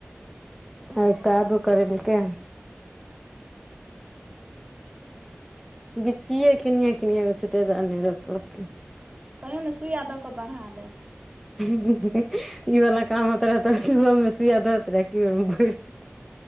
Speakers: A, in the centre; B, on the right.
A: आइत आदू करीलके <unintelligible>
B: <inaudible>
A: बिचिए कनिय किनिय छै त नहि रपलक।
B: कहियो ने सुइया दऽ कऽ बढ़ा देत।
A: ई वाला काम होत रह तऽ सबमे सुइय दत रह क बेर भरि <unintelligible>